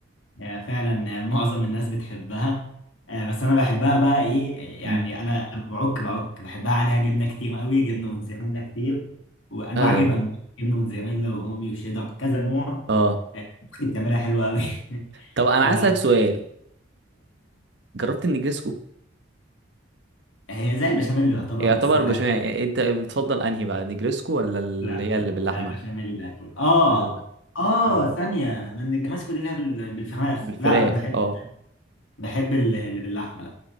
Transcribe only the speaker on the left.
آه، فعلا آه، معظم الناس بتحبها آه، بس انا بحبها بقى ايه
يعني انا لما بعك بعك بحبها عليها جبنه كتير قوي جبنه موتزاريلا كتير وانواع
جبن جبنه موتزاريلا ورومي وشيدر كذا نوع
آه، اختي بتعملها حلوه قوي <laughs>
ف
هي زي البشاميل يعتبر
بس ملهاش
لا
آه،
بشاميل اكيد اه
اه
ثانيه من الكريسكو دي اللي هي بال- بالفراخ
لا انا بحب
بحب ال- اللي باللحمه